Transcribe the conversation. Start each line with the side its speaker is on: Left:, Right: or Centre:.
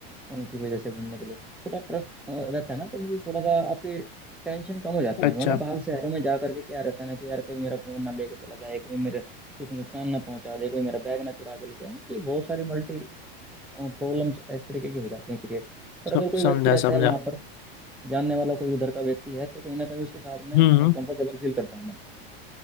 Centre: उनकी वजह से घूमने के लिए थोड़ा ट्रस्ट रहता है ना तो मुझे थोड़ा सा आपकी टेंशन कम हो जाती
Left: अच्छा
Centre: है वरना बाहर शहरों में जा करके क्या रहता है ना कि यार कभी मेरा फोन ना लेके चला जाए कभी मेरे कुछ नुकसान ना पहुंचा दे कोई मेरा बैग ना चुरा के ले जाए मतलब ये बहुत सारी मल्टी प्रॉब्लम्स इस तरीके की हो जाती हैं क्रिएट
Left: सम-
Centre: और अगर कोई
Left: समझा
Centre: व्यक्ति रहता
Left: समझा
Centre: है वहां पर जानने वाला कोई उधर का व्यक्ति है तो कहीं ना कहीं उसके साथ में
Left: हम्म
Centre: कंफर्टेबल फील करता हूँ मैं